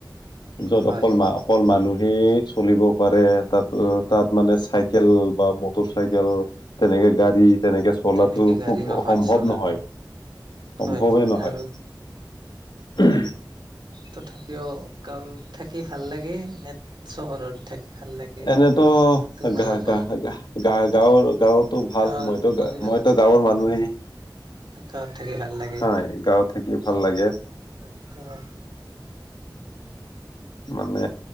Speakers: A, on the left; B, on the right.
A: য'ত
B: হয়
A: অকল মা অকল মানুহেই চলিব পাৰে। তাত অ তাত মানে চাইকেল বা মটৰ চাইকেল তেনেকে গাড়ী তেনেকে। চলাটো
B: তেনেকে গাড়ী
A: খুব
B: নহয়
A: সম্ভৱ
B: চলাটো
A: নহয় সম্ভৱেই
B: হয়
A: নহয়।
B: আৰু
A: হঘঘঘ।
B: তথাপিও গাঁৱত থাকি ভাল লাগে নে চহৰত থাকি। ভাল লাগে
A: এনেতো
B: তোমালোকৰ
A: গা গা গা গাঁৱৰ গাঁৱতো ভাল
B: গাঁৱৰ
A: মইতো
B: পৰিৱেশ
A: গা মই। তো গাঁৱৰ মানুহেই
B: গাঁৱত থাকি ভাল লাগে।
A: হয় গাঁৱত থাকি ভাল লাগে।
B: এক টাকা।
A: মানে